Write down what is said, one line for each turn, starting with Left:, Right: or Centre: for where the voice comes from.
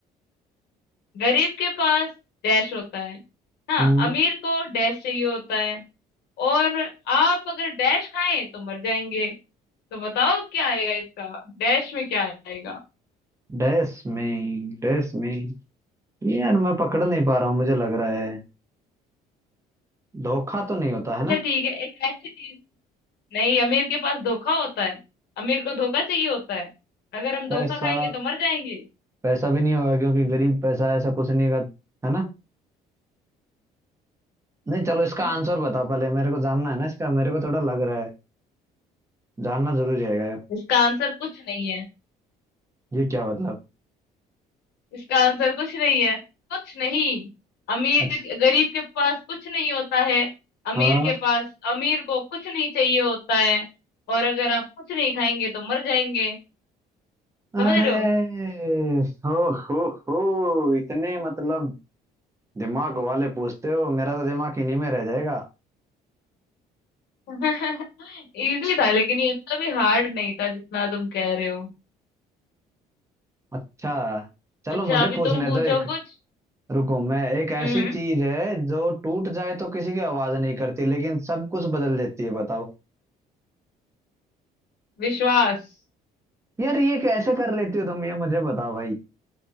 Left: गरीब के पास डैश होता है हाँ
Right: हम्म
Left: अमीर को डैश चाहिए होता है और आप अगर डैश खाएं तो मर जाएंगे तो बताओ क्या आएगा इसका डैश में क्या आएगा
Right: डैश में डैश में ये यार मैं पकड़ नहीं पा रहा हूँ मुझे लग रहा है धोखा तो नहीं होता है
Left: अच्छा
Right: ना
Left: ठीक है एक ऐसी चीज नहीं अमीर के पास धोखा होता है अमीर को धोखा चाहिए होता है अगर हम
Right: पैसा
Left: धोखा खाएंगे तो मर जाएंगे
Right: पैसा भी नहीं होगा क्योंकि गरीब पैसा ऐसा कुछ नहीं का है ना नहीं चलो इसका
Left: हम्म
Right: आंसर बताओ पहले मेरे को जानना है ना इसका मेरे को थोड़ा लग रहा है जानना जरूरी रहेगा
Left: इसका आंसर कुछ नहीं है
Right: ये क्या मतलब
Left: इसका आंसर कुछ नहीं है कुछ नहीं अमीर
Right: अच्छा
Left: गरीब के पास कुछ नहीं होता है अमीर
Right: हाँ
Left: के पास अमीर को कुछ नहीं चाहिए होता है और अगर आप कुछ नहीं खाएंगे तो मर जाएंगे समझ
Right: अरे
Left: रहे हो
Right: हो हो हो इतने मतलब दिमाग वाले पूछते हो मेरा तो दिमाग इन्हीं में रह जाएगा
Left: <laughs> इजी था लेकिन ये इतना भी हार्ड नहीं था जितना तुम कह रहे हो
Right: अच्छा चलो
Left: अच्छा
Right: मुझे
Left: अभी
Right: पूछने
Left: तुम पूछो
Right: दो एक
Left: कुछ
Right: रुको मैं एक ऐसी
Left: हम्म हम्म,
Right: चीज है जो टूट जाए तो किसी की आवाज नहीं करती लेकिन सब कुछ बदल देती है बताओ
Left: विश्वास
Right: यार ये कैसे कर लेती हो तुम ये मुझे बताओ भाई